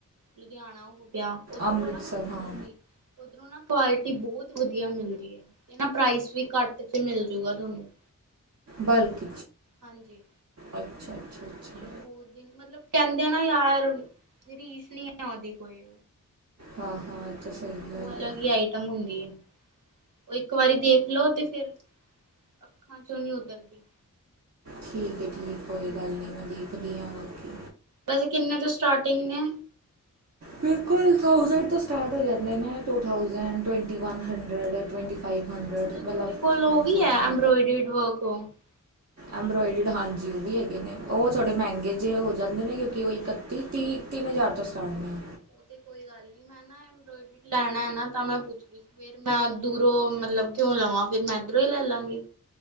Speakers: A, on the right (about 65°); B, on the right (about 50°).
A: ਲੁਧਿਆਣਾ ਹੋ ਗਿਆ। ਓਧਰੋਂ
B: ਅੰਮ੍ਰਿਤਸਰ
A: ਨਾ
B: ਹਾਂ
A: ਹਾਂਜੀ ਉੱਧਰੋਂ ਨਾ ਕੁਆਲਿਟੀ ਬਹੁਤ ਵਧੀਆ ਮਿਲਦੀ ਹੈ। ਇਹ ਨਾ ਪ੍ਰਾਈਸ ਵੀ ਘੱਟ ਚ ਮਿਲਜੂਗਾ। ਤੁਹਾਨੂੰ
B: ਬਲਕ
A: ਹਾਂਜੀ।
B: ਅੱਛਾ। ਅੱਛਾ ਅੱਛਾ
A: ਮਤਲਬ, ਉਹਦੀ ਮਤਲਬ ਕਹਿੰਦੇ ਆਂ ਨਾ ਯਾਰ ਰੀਸ ਨੀ ਹੈ। ਉਹਦੀ ਕੋਈ
B: ਹਾਂ, ਹਾਂ ਤੇ ਸਹੀ
A: ਉਹ
B: ਗੱਲ ਹੈ
A: ਹੀ ਆਈਟਮ ਹੁੰਦੀ ਹੈ। ਉਹ ਇੱਕ ਵਾਰੀ ਦੇਖ ਲਓ ਤੇ ਫਿਰ ਅੱਖਾਂ ਚੋਂ ਨਹੀਂ ਉਤਰਰਦੀ।
B: ਠੀਕ ਹੈ, ਠੀਕ ਹੈ। ਕੋਈ ਗੱਲ ਨਹੀਂ, ਮੈਂ ਦੇਖਦੀ ਹਾਂ। ਬਾਕੀ
A: ਵੈਸੇ, ਕਿੰਨੇ ਤੋਂ ਸਟਾਰਟਿੰਗ ਨੇ?
B: ਬਿਲਕੁਲ, ਥਾਊਸੈਂਡ ਤੋਂ ਸਟਾਰਟ ਹੋ ਜਾਂਦੇ ਨੇ, two thousand twenty one hundred. Twenty five ਹੰਡਰਡ
A: ਅੱਛਾ
B: ਮਤਲਬ,
A: ਤੁਹਾਡੇ ਕੋਲ ਉਹ
B: ਵਨ ਥਾਊਜੈਂਡ।
A: <unintelligible>
B: ਐੰਬਰੋਇਡਡ ਹਾਂਜੀ, ਉਹ ਵੀ ਹੈਗੇ ਨੇ ਉਹ ਥੋੜ੍ਹੇ ਮਹਿੰਗੇ ਜਿਹੇ ਹੋ ਜਾਂਦੇ ਨੇ। ਕਿਉਂਕਿ, ਉਹ ਇੱਕ ਤੀਹ ਤਿੰਨ ਹਜ਼ਾਰ ਤੋਂ ਸਟਾਰਟ ਨੇ।
A: ਉਹ ਤੇ ਕੋਈ ਗੱਲ ਨੀ। ਮੈਂ <inaudible> ਲੈਣਾ ਨਾ ਤਾਂ, ਮੈਂ ਪੁੱਛ ਫੇਰ, ਮੈਂ ਦੂਰੋਂ ਮਤਲਬ, ਕਿਉਂ ਲਵਾਂ। ਫੇਰ, ਮੈਂ ਇੱਧਰੋਂ ਹੀ ਲੈ ਲਾਂਗੀ